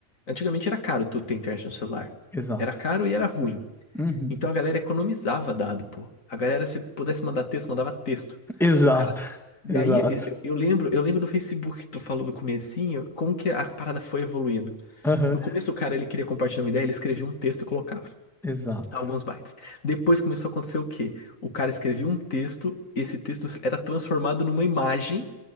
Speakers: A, on the left; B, in the centre.
A: Antigamente era caro tu ter internet no celular.
B: Exato.
A: Era caro e era ruim.
B: Uhum.
A: Então a galera economizava dado, pô. A galera, se pudesse mandar texto, mandava texto.
B: Exato.
A: O cara. E
B: <laughs> Exato.
A: aí, eu eu lembro, eu lembro do Facebook que tu falou do comecinho, como que a parada foi evoluindo.
B: Aham.
A: No começo, o cara, ele queria compartilhar uma ideia, ele escrevia um texto e colocava
B: Exato.
A: alguns bytes. Depois começou a acontecer o quê? O cara escrevia um texto, esse texto era transformado numa imagem,